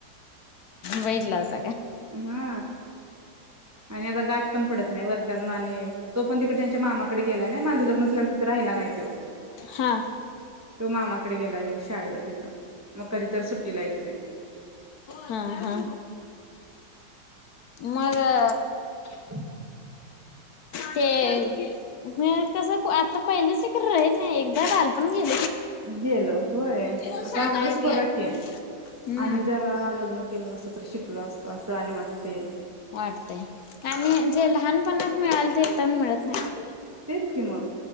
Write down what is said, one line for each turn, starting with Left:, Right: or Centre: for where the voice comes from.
Left: वाईट लाज
Right: हा आणि आता गाठ पण पडत नाही वर्षातन आणि, तो पण तिकडे त्यांच्या मामाकडे गेलाय. नाही माझं लग्न झाल्यावर तिथं राहिला नाही त्यो.
Left: हा हा
Right: तो मामाकडे गेलाय मग शाळेला. तिथं मग कधी तर सुट्टीला येतोय.
Left: हा हा मग अ
Right: <inaudible>
Left: ते व्हय तस आता पहिलासारख राहीत नाही, एकदा बालपण गेल
Right: गेल होय.
Left: पुन्हा
Right: आता आपलंच
Left: येत
Right: बघा
Left: नाही.
Right: की,
Left: हम्म
Right: आणि जरा लग्न केल नसत तर शिकलो असतो, असं आणि वाटतय.
Left: वाटतय आणि जे लहानपणात मिळाल तेतण मिळत <unintelligible>
Right: तेच की मग.